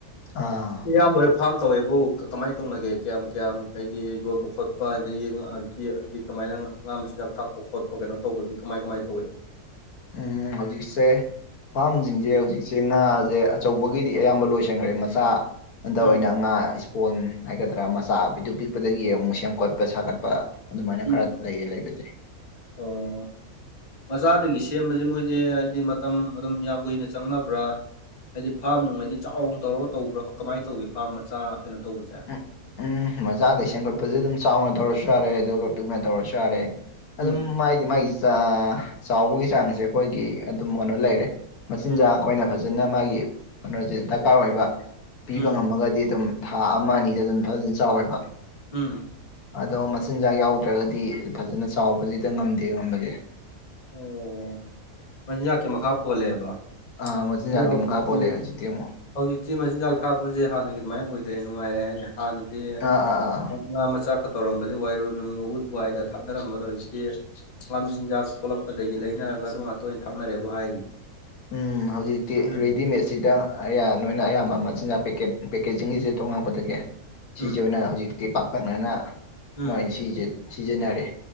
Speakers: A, on the left (about 80°); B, on the left (about 35°).
A: ꯑꯥ
B: ꯏꯌꯥꯝꯕꯔꯣꯏ ꯐꯥꯔꯝ ꯇꯧꯋꯦꯕꯨ ꯀꯃꯥꯏ ꯇꯧꯅꯒꯦ ꯀꯌꯥꯝ ꯀꯌꯥꯝ ꯍꯥꯏꯗꯤ ꯌꯣꯟꯕ ꯈꯣꯠꯄ ꯑꯗꯒꯤ ꯉ ꯍꯥꯏꯗꯤ ꯀꯃꯥꯏꯅ ꯉꯥ ꯃꯆꯤꯟꯖꯥꯛ ꯊꯥꯛꯄ ꯈꯣꯠꯄ ꯀꯩꯅꯣ ꯇꯧꯕꯗꯤ ꯀꯃꯥꯏ ꯀꯃꯥꯏ ꯇꯧꯏ
A: ꯎꯝ ꯍꯧꯖꯤꯛꯁꯦ ꯐꯥꯔꯝꯁꯤꯡꯁꯦ ꯍꯧꯖꯤꯛꯁꯦ ꯉꯥꯁꯦ ꯑꯆꯧꯕꯒꯤꯗꯤ ꯑꯌꯥꯝꯕ ꯂꯣꯏꯁꯟꯈ꯭ꯔꯦ ꯃꯆꯥ ꯑꯟꯗ
B: ꯎꯝ
A: ꯑꯣꯏꯅ ꯑꯉꯥꯡ ꯑꯩꯁꯨ ꯀꯣꯟ ꯍꯥꯏꯒꯗ꯭ꯔꯥ ꯃꯆꯥ ꯄꯤꯛꯇꯨ ꯄꯤꯛꯄꯗꯒꯤ ꯑꯃꯨꯛ ꯁꯦꯝꯀꯠꯄ ꯁꯥꯒꯠꯄ ꯑꯗꯨꯃꯥꯏꯅ
B: ꯎꯝ
A: ꯈꯔ ꯂꯩꯌꯦ ꯂꯩꯕꯗꯤ
B: ꯑꯣ ꯃꯆꯥꯗꯒꯤ ꯁꯦꯝꯕꯖꯦ ꯃꯣꯏꯖꯦ ꯍꯥꯏꯗꯤ ꯃꯇꯝ ꯑꯗꯨꯝ ꯌꯥꯝ ꯀꯨꯏꯅ ꯆꯪꯅꯕ꯭ꯔꯥ ꯍꯥꯏꯗꯤ ꯐꯥꯔꯝ ꯅꯨꯡ ꯍꯥꯏꯗꯤ ꯆꯥꯎꯅ ꯇꯧꯔ ꯇꯧꯕ꯭ꯔꯥ ꯀꯃꯥꯏ ꯇꯧꯏꯤ ꯐꯥꯔꯝ ꯃꯆꯥ ꯀꯩꯅꯣ ꯇꯧꯕꯁꯦ
A: ꯎ ꯎꯝ ꯃꯆꯥꯗꯩ ꯁꯦꯝꯒꯠꯄꯖꯨ ꯑꯗꯨꯝ ꯆꯥꯎꯅ ꯇꯧꯔꯁꯨ ꯌꯥꯔꯦ ꯑꯗꯨꯒ ꯄꯤꯛꯅ ꯇꯧꯔꯁꯨ ꯌꯥꯔꯦ ꯑꯗꯨꯝ
B: ꯎꯝ
A: ꯃꯥꯏꯗꯤ ꯃꯥꯒꯤ ꯆꯥ ꯆꯥꯎꯕꯒꯤ ꯆꯥꯡꯁꯦ ꯑꯩꯈꯣꯏꯒꯤ ꯑꯗꯨꯝ ꯀꯩꯅꯣ ꯂꯩꯔꯦ ꯃꯆꯤꯟꯖꯥꯛ
B: ꯎꯝ
A: ꯈꯣꯏꯅ ꯐꯖꯅ ꯃꯥꯒꯤ ꯀꯩꯅꯣꯁꯦ ꯗꯔꯀꯥꯔ ꯑꯣꯏꯕ ꯄꯤꯕ
B: ꯎꯝ
A: ꯉꯝꯃꯒꯗꯤ ꯑꯗꯨꯝ ꯊꯥ ꯑꯃ ꯑꯅꯤꯗ ꯑꯗꯨꯝ ꯐꯖꯅ ꯆꯥꯎꯋꯦꯕ
B: ꯎꯝ
A: ꯑꯗꯣ ꯃꯆꯤꯟꯖꯥꯛ ꯌꯥꯎꯗ꯭ꯔꯒꯗꯤ ꯐꯖꯅ ꯆꯥꯎꯕꯖꯤꯗ ꯉꯝꯗꯦ ꯉꯝꯕꯒꯦ
B: ꯑꯣ ꯃꯆꯤꯟꯖꯥꯛꯀꯤ ꯃꯈꯥ ꯄꯣꯜꯂꯦꯕ
A: ꯑꯥ ꯃꯆꯤꯟꯖꯥꯛꯀꯤ
B: ꯑꯗꯣ ꯍꯧꯖꯤꯛꯇꯤ
A: ꯃꯈꯥ ꯄꯣꯜꯂꯦ ꯍꯧꯖꯤꯛꯇꯤ‌ ꯑꯃꯨꯛ
B: ꯍꯧꯖꯤꯛꯇꯤ ꯃꯆꯤꯟꯖꯥꯛ ꯊꯥꯛꯄꯁꯦ ꯍꯥꯟꯅꯒꯤ ꯑꯗꯨꯃꯥꯏ ꯑꯣꯏꯗ꯭ꯔꯦ ꯅꯨꯡꯉꯥꯏꯔꯦ ꯍꯥꯏꯅꯦ ꯍꯥꯟꯅꯗꯤ
A: ꯑꯥ ꯑꯥ ꯑꯥ ꯑꯥ
B: ꯉꯥ ꯃꯆꯥꯛꯀ ꯇꯧꯔꯝꯕꯖꯦ ꯋꯥꯏꯔꯨ ꯅꯨꯡ ꯎꯠ ꯋꯥꯏꯒ ꯊꯥꯛꯅꯔꯝꯕꯗꯣ ꯍꯧꯖꯤꯛꯇꯤ ꯉꯥ ꯃꯆꯤꯟꯖꯥꯛ ꯊꯣꯛꯂꯛꯄꯗꯒꯤ ꯂꯩꯅꯔꯒ ꯑꯗꯨ ꯉꯥꯛꯇ ꯑꯣꯏꯅ ꯊꯥꯛꯅꯔꯦꯕꯨ ꯍꯥꯏꯔꯤ
A: ꯎꯝ ꯍꯧꯖꯤꯛꯇꯤ
B: ꯎꯝ
A: ꯔꯦꯗꯤꯃꯦꯠꯁꯤꯗ ꯑꯩꯌꯥ ꯅꯣꯏꯅ ꯑꯌꯥꯝꯕ ꯑꯃ ꯆꯤꯟꯖꯥꯛ ꯄꯦꯀꯦꯠ ꯄꯦꯀꯦꯖꯤꯡꯒꯤꯁꯦ ꯊꯣꯉꯛꯄꯗꯒꯤ ꯁꯤꯖꯦ
B: ꯎꯝ
A: ꯑꯣꯏꯅ ꯍꯧꯖꯤꯛ ꯇꯤ ꯄꯥꯛꯇꯛꯅꯅ
B: ꯎꯝ
A: ꯃꯣꯏꯅ ꯁꯤꯖꯦ ꯁꯤꯖꯤꯟꯅꯔꯦ